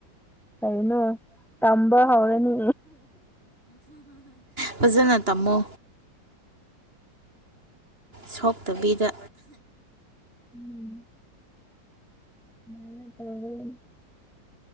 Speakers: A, in the centre; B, on the right (about 30°).
A: ꯀꯩꯅꯣ ꯇꯝꯕ ꯍꯧꯔꯅꯤ
B: ꯐꯖꯅ ꯇꯝꯃꯣ ꯁꯣꯛꯇꯕꯤꯗ
A: ꯎꯝ <unintelligible>